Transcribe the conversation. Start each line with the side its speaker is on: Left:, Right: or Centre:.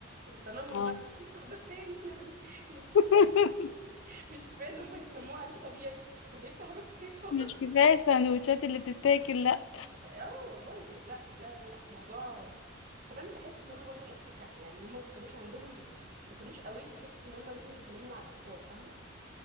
Right: وتنمر
Left: اه
Right: بقى يفتح باب تاني <laughs> يعني مش كفاية
Left: <laughs>
Right: مش مش كفاية ان هم يتنمروا عليكي طبيعي ده هيفتح باب تاني خالص
Left: مش كفايه السندوتشات اللي بتتاكل لا
Right: <laughs> يبقى اه والله لا لا لا لا الموضوع كمان بحس ان هم برضه م... كا- يعني هم ما كانوش عندهم ما كانوش قوي بحتة ان هم لازم يتكلموا مع الاطفال فاهمة